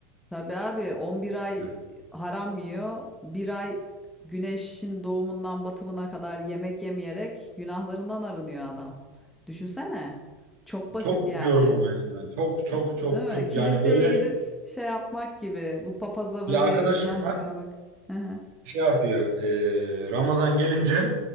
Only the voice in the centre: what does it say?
tabii abi 11 ay
haram yiyor. Bir ay güneşin doğumundan batımına kadar yemek yemeyerek günahlarından arınıyor adam. Düşünsene. Çok basit
yani.
Değil
mi? Kiliseye
gidip şey yapmak gibi. Bu papaza
böyle
günah
çıkarmak. Hı hı.